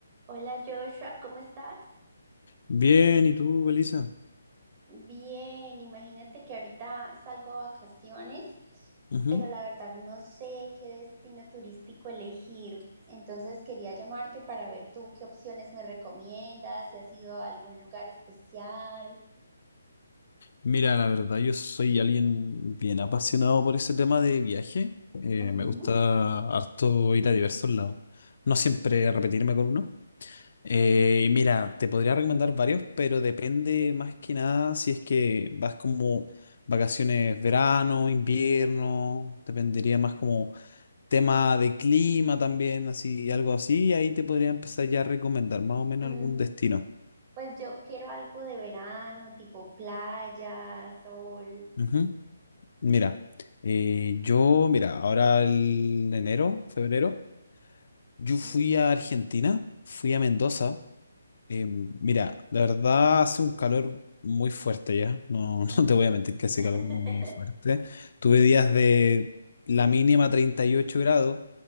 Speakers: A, on the right (about 25°); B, on the left (about 60°).
A: Hola Joshua, ¿cómo estás?
B: Bien, ¿y tú, Elisa?
A: Bien, imagínate que ahorita salgo a vacaciones,
B: Ujú.
A: pero la verdad no sé qué destino turístico elegir. Entonces quería llamarte para ver tú qué opciones me recomiendas, si has ido a algún lugar especial.
B: Mira, la verdad, yo soy alguien bien apasionado por ese tema de viaje. Eh,
A: Ujú,
B: me gusta harto ir a diversos lados. No siempre repetirme con uno. Eh,
A: Sí.
B: y mira, te podría recomendar varios, pero depende más que nada si es que vas como vacaciones verano, invierno, dependería más como tema de clima también, así, algo así. Ahí te podría empezar ya a recomendar más o menos
A: Mm,
B: algún destino.
A: pues yo quiero algo de verano, tipo playa, sol.
B: Ujú. Mira, eh, yo, mira, ahora el enero, febrero, yo fui
A: Ujú,
B: a Argentina, fui a Mendoza. Eh, mira, la verdad hace un calor muy fuerte ya, no, <laughs>
A: ok.
B: no te voy a mentir que hace
A: <laughs>
B: calor muy fuerte. Tuve días de la mínima 38 grados,